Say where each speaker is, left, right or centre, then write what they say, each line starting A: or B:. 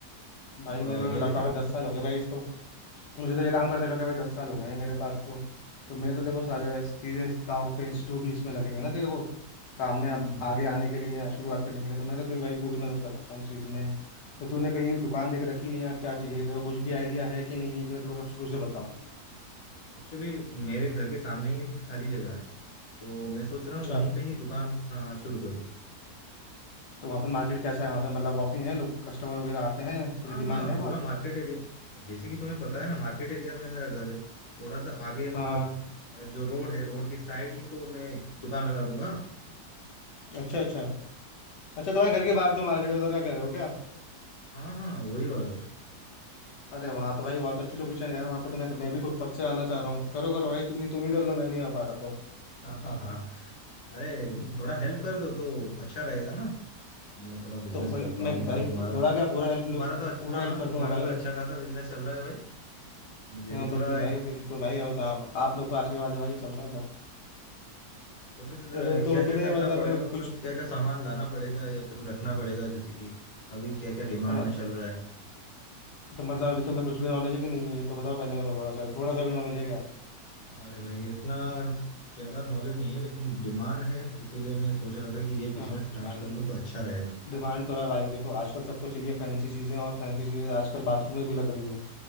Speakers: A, on the left; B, on the left.
A: तो
B: भाई
A: थोड़ा
B: मेरे
A: आइडिया
B: को तो लगभग
A: दे दे
B: दस साल हो गए भाई इसको मुझे तो ये काम करते करते भाई दस साल हो गए हैं मेरे पास तो तो मैं तो देखो सारे चीजें दाव पेंच जो भी इसमें लगेंगे ना तेरे को काम में अब
A: हाँ हाँ
B: आगे आने के लिए या शुरुआत करने के लिए तो मैं तो तेरी भाई पूरी मदद कर सकता हूँ चीज में तो तूने कहीं दुकान देख रखी है या क्या चाहिए तेरे को कुछ भी आइडिया है कि नहीं है कि मैं तेरे को सब शुरू से बताऊँ
A: एक्चुअली मेरे घर के सामने ही एक खाली जगह है तो मैं सोच रहा
B: अच्छा
A: हूँ वहीं पे ही दुकान हाँ, शुरू कर दूं
B: तो वहाँ पे मार्केट कैसा है वहाँ पे मतलब वॉकिंग है लोग कस्टमर वगैरह आते हैं तो
A: हाँ
B: डिमांड
A: हाँ
B: है वहाँ
A: पूरा
B: पे
A: मार्केट एरिया जैसे कि तुम्हें पता है ना मार्केट एरिया में मेरा घर है थोड़ा सा आगे मतलब
B: हाँ
A: अ, जो रोड है रोड के साइड ही तो मैं दुकान लगा दूंगा
B: अच्छा अच्छा अच्छा तुम्हारे
A: हाँ
B: घर के बाहर जो मार्केट है उधर का कह रहे हो क्या
A: हाँ हाँ वही वाला घर
B: अरे वहाँ तो भाई बहुत अच्छी लोकेशन है यार वहाँ पे तो मैं मैं भी खुद कब से आना चाह रहा हूँ करो करो भाई तुम ही तुम ही कर लो मैं नहीं आ पा रहा तो
A: हाँ हाँ हाँ अरे
B: हम्म,
A: थोड़ा हेल्प कर दो तो अच्छा रहेगा ना मैं थोड़ा बिजनेस
B: तो भाई
A: कर
B: मैं
A: पाऊंगा
B: भाई
A: तुम्हारा
B: थोड़ा क्या पूरा हेल्प
A: तुम्हारा तो अच्छा,
B: पूरा
A: हाँ
B: हेल्प कर
A: तुम्हारा
B: दूंगा भाई
A: तो
B: मैं
A: अच्छा खासा बिजनेस चल रहा है भाई मुझे
B: हाँ
A: भी
B: बिल्कुल
A: थोड़ा आइडिया
B: भाई बिल्कुल
A: दो
B: भाई बस आप
A: हाँ,
B: आप लोग को आशीर्वाद है भाई चल रहा है सब
A: तो फिर
B: चलो तो
A: क्या क्या
B: तुम्हें
A: करना
B: मतलब
A: पड़ेगा मतलब
B: कुछ
A: क्या क्या सामान लाना पड़ेगा या फिर रखना पड़ेगा जैसे कि अभी क्या क्या डिमांड
B: तुम,
A: में चल रहा है
B: तो मतलब अभी तुम्हें कुछ भी नॉलेज है कि नहीं है ये तो बताओ पहले मेरे को थोड़ा सा थोड़ा सा भी नॉलेज है क्या
A: अरे भाई इतना ज्यादा नॉलेज नहीं है लेकिन डिमांड है इसीलिए मैं सोच रहा था कि ये बिजनेस
B: हाँ
A: स्टार्ट
B: भाई
A: कर लूं तो अच्छा रहेगा
B: डिमांड तो है भाई देखो आजकल सबको चाहिए फैंसी चीजें और फैंसी चीजें आजकल बाथरूम में भी लग रही है